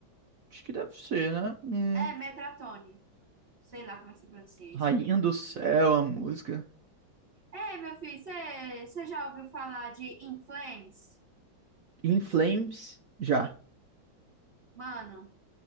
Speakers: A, on the right; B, on the right.
A: Acho que deve ser, né? Hum,
B: É Metratone. Sei lá como é que se pronuncia
A: Rainha
B: isso.
A: do Céu, a música.
B: é meu filho, você já ouviu falar de In Flames?
A: In Flames, já.
B: Mano.